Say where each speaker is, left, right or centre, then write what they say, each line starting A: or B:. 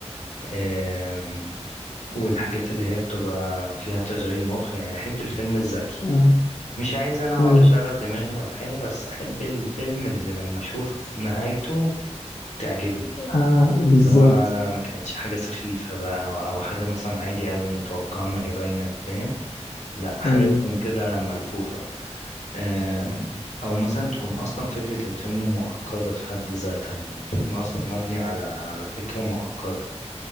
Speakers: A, on the left; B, on the left.
A: آم، والحاجات اللي هي بتبقى فيها تشغيل مخ يعني أحب الفيلم الذكي
B: آه.
A: مش عايز أنا أقعد
B: ايوه
A: أشغل دماغي ولا حاجة بس أحب الفيلم اللي لما أشوف نهايته تعجبني
B: آه بالظبط
A: اللي هو لا ما كانتش حاجة سخيفة بقى أو أو حاجة مثلا عادي قوي متوقعة ما هي باينة فاهم لا حاجة
B: ايوه
A: تكون كده ملفوفة آم، أو مثلا تكون أصلا فكرة الفيلم معقدة في حد ذاتها يعني الفيلم أصلا مبني على على فكرة معقدة